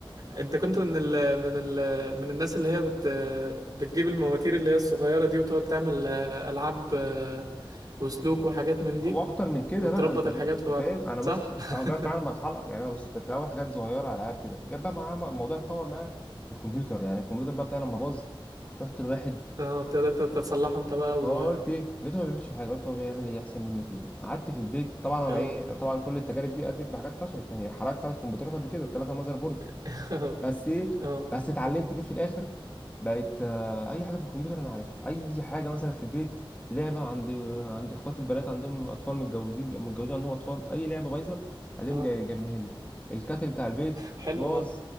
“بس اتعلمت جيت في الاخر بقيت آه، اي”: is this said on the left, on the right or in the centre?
Left